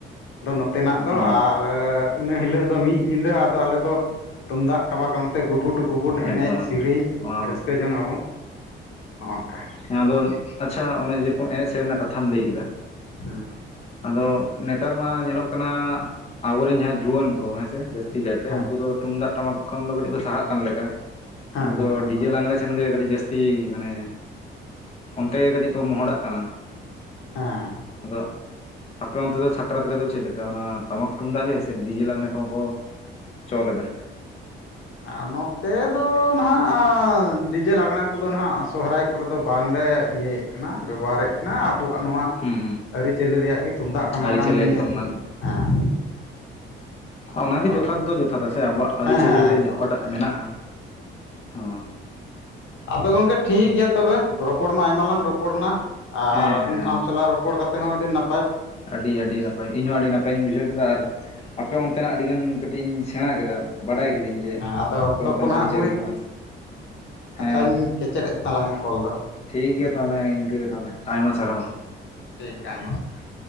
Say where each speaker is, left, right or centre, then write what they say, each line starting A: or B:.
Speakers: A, on the left; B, on the left.
A: ᱫᱚ ᱱᱚᱛᱮᱱᱟᱜ ᱫᱚ
B: ᱦᱮᱸ
A: ᱟᱨ ᱤᱱᱟᱹ ᱦᱤᱞᱳᱜ ᱫᱚ ᱢᱤᱫ ᱧᱤᱫᱟᱹ ᱟᱫᱚ ᱟᱞᱮ ᱫᱚ ᱛᱩᱢᱫᱟᱜ ᱴᱟᱢᱟᱠ ᱟᱛᱮ ᱜᱩᱵᱩᱰᱩ ᱮᱱᱮᱡ
B: ᱮᱠᱫᱚᱢ
A: ᱥᱮᱨᱮᱧ
B: ᱚᱱᱟ ᱢᱚᱛᱚ
A: ᱨᱟᱹᱥᱠᱟᱹ ᱡᱚᱝ ᱟᱵᱚᱱ ᱱᱚᱜᱼᱝᱠᱟ
B: ᱮᱸ ᱟᱫᱚ ᱟᱪᱪᱷᱟ ᱚᱱᱮ ᱡᱮᱨᱚᱠᱚᱢ ᱮᱱᱮᱡ ᱥᱮᱨᱮᱧ ᱨᱮᱭᱟᱜ ᱠᱟᱛᱷᱟᱢ ᱞᱟᱹᱭ ᱠᱮᱫᱟ᱾
A: ᱦᱮᱸ
B: ᱟᱫᱚ ᱱᱮᱛᱟᱨ ᱢᱟ ᱧᱮᱞᱚᱜ ᱠᱟᱱᱟ ᱟᱵᱚᱨᱮᱱ ᱡᱟᱦᱟᱸ ᱡᱩᱣᱟᱹᱱ ᱠᱚ ᱦᱮᱸᱥᱮ ᱡᱟᱹᱥᱛᱤ ᱴᱷᱤᱠᱟᱭᱛᱮ
A: ᱦᱮᱸ
B: ᱩᱱᱠᱩ ᱫᱚ ᱛᱩᱢᱫᱟᱜ ᱴᱟᱢᱟᱠ ᱠᱷᱚᱱ ᱫᱚ ᱠᱟᱹᱴᱤᱡ ᱠᱚ ᱥᱟᱦᱟᱜ ᱠᱟᱱ ᱞᱮᱠᱟ᱾
A: ᱦᱮᱸ
B: ᱩᱱᱠᱩ
A: ᱦᱮᱸ
B: ᱫᱚ
A: ᱦᱮᱸ ᱚᱱᱠᱟ
B: ᱰᱤᱡᱮ ᱞᱟᱝᱬᱮ ᱥᱮᱱᱜᱮ ᱠᱟᱹᱴᱤᱡ ᱡᱟᱹᱥᱛᱤ ᱢᱟᱱᱮ ᱚᱱᱛᱮ ᱜᱮ ᱠᱟᱹᱴᱤᱡ ᱠᱚ ᱢᱚᱦᱚᱲᱟᱜ ᱠᱟᱱᱟ᱾
A: ᱦᱮᱸ
B: ᱟᱫᱚ ᱟᱯᱮ ᱚᱱᱛᱮ ᱫᱚ ᱥᱟᱠᱨᱟᱛ ᱨᱮᱫᱚ ᱪᱮᱫ ᱞᱮᱠᱟ ᱚᱱᱟ ᱴᱟᱢᱟᱠ ᱛᱩᱢᱫᱟᱜ ᱜᱮ ᱥᱮ ᱰᱤᱡᱮ ᱞᱟᱸᱜᱽᱬᱮ ᱠᱚᱦᱚᱸ ᱠᱚ ᱪᱚᱞ ᱮᱫᱟ
A: ᱟ ᱱᱚᱛᱮ ᱫᱚ ᱱᱟᱦᱟᱜ ᱰᱤᱡᱮ ᱞᱟᱜᱽᱲᱟ ᱠᱚᱫᱚ ᱱᱟᱜ ᱦᱟᱸᱜ ᱥᱚᱦᱨᱟᱭ ᱠᱚᱨᱮ ᱫᱚ ᱵᱟᱝ ᱞᱮ ᱤᱭᱟᱹᱭᱮᱫ ᱠᱟᱱᱟ ᱵᱮᱵᱚᱦᱟᱨᱮᱫ ᱠᱟᱱᱟ ᱟᱵᱚᱣᱟᱜ ᱱᱚᱣᱟ
B: ᱦᱩᱸ ᱦᱩᱸ
A: ᱟᱹᱨᱤᱪᱟᱹᱞᱤ ᱨᱮᱭᱟᱜ ᱜᱮ ᱛᱩᱢᱫᱟᱜ ᱴᱟᱢᱟᱠᱟᱱ
B: ᱟᱹᱨᱤᱪᱟᱹᱞᱤ
A: ᱱᱤᱭᱮ
B: ᱮᱠᱫᱚᱢ
A: ᱛᱮᱜᱮ ᱦᱮᱸ
B: ᱚᱱᱟ
A: ᱟᱫᱚ
B: ᱜᱮ ᱡᱚᱛᱷᱟᱛ ᱫᱚ ᱡᱚᱛᱷᱼᱟ ᱥᱮ ᱟᱵᱚᱣᱟᱜ ᱟᱹᱨᱤᱪᱟᱹᱞᱤ
A: ᱦᱮᱸ ᱦᱮᱸ
B: ᱨᱮ
A: ᱮᱠᱫᱚᱢ
B: ᱚᱠᱟᱴᱟᱜ
A: ᱮᱠᱫᱚᱢ
B: ᱢᱮᱱᱟᱜᱼᱟ ᱦᱚᱸ
A: ᱟᱫᱚ ᱜᱚᱝᱠᱮ ᱴᱷᱤᱠ ᱜᱮᱭᱟ ᱛᱚᱵᱮ ᱨᱚᱯᱚᱲ ᱢᱟ ᱟᱭᱢᱟ ᱞᱟᱝ ᱨᱚᱯᱚᱲ ᱮᱱᱟ
B: ᱦᱮᱸ
A: ᱟᱨ
B: ᱦᱮᱸ
A: ᱟᱢ ᱥᱟᱞᱟᱜ ᱨᱚᱯᱚᱲ ᱠᱟᱛᱮ ᱦᱚᱸ ᱟᱹᱰᱤ ᱱᱟ
B: ᱟᱹᱰᱤ ᱟᱹᱰᱤ ᱱᱟᱯᱟᱭ ᱤᱧᱦᱚᱸ ᱟᱹᱰᱤ ᱱᱟᱯᱟᱭᱤᱧ ᱵᱩᱡᱷᱟᱹᱣ ᱠᱮᱫᱟ ᱟᱨ ᱟᱯᱮ ᱚᱱᱛᱮᱱᱟᱜ ᱟᱹᱰᱤ ᱜᱟᱱ ᱠᱟᱹᱴᱤᱡ ᱤᱧ ᱥᱮᱬᱟ ᱠᱮᱫᱟ ᱵᱟᱰᱟᱭ ᱠᱤᱫᱟᱹᱧ ᱡᱮ
A: ᱟᱫᱚ
B: ᱟᱯᱮ
A: ᱚᱠᱛᱚ
B: ᱚᱱᱛᱮᱱᱟᱜ
A: ᱠᱚ ᱱᱟᱦᱟᱜ
B: ᱟᱹᱨᱤᱪᱟᱹᱞᱤ ᱠᱚ ᱦᱚᱸ ᱦᱮ
A: ᱵᱟᱹᱧ ᱠᱮᱪᱮᱫ ᱮᱫ ᱛᱟᱞᱟᱝᱟ ᱠᱚᱞ ᱫᱚ
B: ᱴᱷᱤᱠ ᱜᱮᱮᱭᱟ ᱛᱟᱦᱚᱞᱮ ᱦᱮᱸ ᱤᱱᱠᱟᱹᱜᱮ ᱛᱟᱦᱚᱞᱮ ᱟᱭᱢᱟ ᱥᱟᱨᱦᱟᱣ
A: ᱴᱷᱤᱠ ᱟᱭᱢᱟ ᱥᱟᱨᱦᱟᱣ